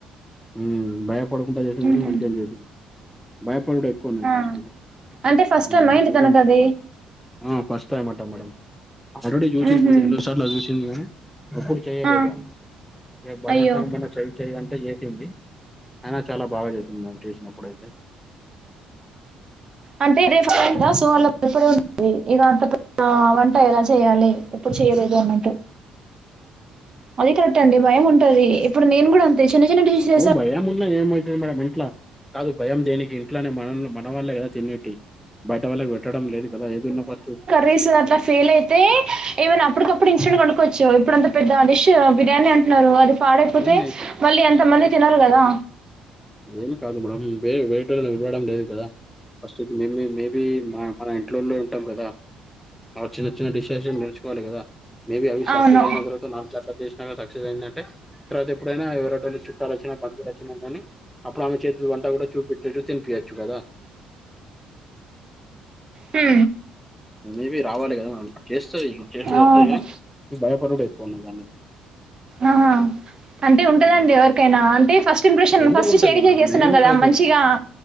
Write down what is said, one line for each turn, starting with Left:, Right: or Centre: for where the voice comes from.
Centre: ఉమ్ భయపడకుండా చేసింది
Right: హుహు.
Centre: మంచిగా చేసింది భయపడుడేక్ పోనీ
Right: ఆ!
Centre: ఫస్ట్
Right: అంటే ఫస్ట్
Centre: ఊ ఉ
Right: టైమా ఏంటి తనకది?
Centre: ఆ ఫస్ట్ టయమాట మేడం ఆల్రెడీ చూసింది
Right: హుహు.
Centre: ఎన్నోసార్లు చూసింది కానీ ఎప్పుడు చేయలేదు
Right: ఆ!
Centre: ఆమె ఇగ బలవంతంగ
Right: అయ్యో!
Centre: మైన చెయి చెయంటే చేసింది అయినా చాలా బాగా చేసింది మామ్ చేసినప్పుడైతే
Right: అంటే రేపు <unintelligible> సో అల భయపడి ఉంటుంది ఇక అంత పెద్ద వంట ఎలా చేయాలి ఎప్పుడు చేయలేదు అన్నట్టు అదే కరెక్ట్ అండి భయం ఉంటది ఇప్పుడు నేను కూడా అంతే చిన్న చిన్న డిషెస్
Centre: అవు భయం ఉన్నా ఏమైతది మేడం ఇంట్లా కాదు భయం దేనికి ఇంట్లనే మనల్ని మ మన వాళ్లే కదా తినేటి బయట వాల్లకి పెట్టడం లేదు కదా ఏదున్న ఫస్ట్
Right: రీస్ అట్ల ఫెయిల్ అయితే ఏవన అప్పటికప్పుడు ఇన్స్టంట్ గా కొనుక్కోవచ్చు ఇప్పుడంత పెద్ద డిష్ బిర్యాని అన్ న్నారు అది పాడైపోతే
Centre: ఏం అయితుంది
Right: మళ్ళీ ఎంత మంది
Centre: ఏం
Right: తినాలి
Centre: కాదు
Right: కదా
Centre: ఏం కాదు మేడమ్ బే వెయిట్ పి విలవడం లేదు కదా ఫస్ట్ అయితే మేం మేం మేబి మా మన ఇంట్లోలే ఉంటాం కదా ఆ చిన్న చిన్న డిషెస్ నేర్చుకోవాలి కదా మెబీ అవి సక్సెస్
Right: అవును
Centre: అయిన తర్వాత సో నాలు చట్ల చేసినాక సక్సెస్ అయిందంటే తర్వాత ఎప్పుడైనా ఎవరోకలు చుట్టాలు వచ్చినా బందులు వచ్చినా కానీ అప్పుడు ఆమె చేతి వంట కూడా చూపిచచ్చు తినిపియచ్చు కదా
Right: ఊ
Centre: మేబీ రావాలి కదా చేస్తది చేసుడు
Right: అవును
Centre: వస్తది గని ఈ భయపడుడు ఎక్కువ వున్నది దానీకి
Right: ఆహా అంటే ఉంటదండి
Centre: ఉమ్.
Right: ఎవరికైనా అంటే ఫస్ట్ ఇంప్రెషన్
Centre: ఎందుకు
Right: ఫస్ట్
Centre: ఉంటది
Right: చేడికె
Centre: మేడం
Right: చేస్తున్నాం
Centre: ఏం
Right: కదా
Centre: కాదు
Right: మంచిగా